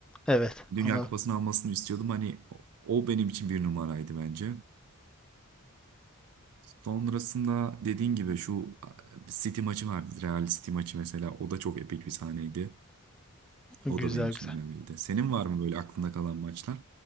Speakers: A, in the centre; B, on the right (about 75°).
A: Evet
B: Dünya
A: anladım.
B: Kupası'nı almasını istiyordum. Hani o o benim için bir numaraydı bence. Sonrasında dediğin gibi şu e, City maçı vardı. Real City maçı mesela. O da çok epik bir sahneydi.
A: Güzel
B: O da benim için
A: güzel.
B: önemliydi. Senin var mı böyle aklında kalan maçlar?